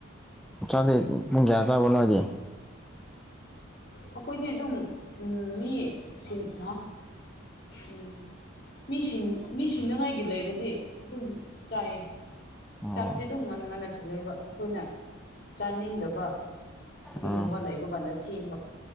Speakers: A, in the centre; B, on the left (about 45°).
A: ꯆꯥꯛꯇꯤ ꯄꯨꯡ ꯀꯌꯥ ꯆꯥꯕ꯭ꯔꯣ ꯅꯣꯏꯗꯤ
B: ꯑꯩꯈꯣꯏꯗꯤ ꯑꯗꯨꯝ ꯎꯝ ꯃꯤ ꯁꯤꯟ ꯍꯥ ꯎꯝ ꯃꯤ ꯃꯤ ꯁꯤꯅꯉꯥꯏꯒꯤ ꯂꯩꯔꯗꯤ ꯑꯗꯨꯝ ꯆꯥꯏꯌꯦ
A: ꯑꯣ
B: ꯆꯥꯛꯇꯤ ꯑꯗꯨꯝ ꯉꯟꯅ ꯉꯟꯅꯗꯤ ꯂꯩꯕ ꯑꯩꯈꯣꯏꯅ ꯆꯥꯅꯤꯡꯗꯕ ꯑꯗꯨꯒꯨꯝꯕ
A: ꯎꯝ
B: ꯂꯩꯕ ꯀꯥꯟꯗ ꯊꯦꯡꯕ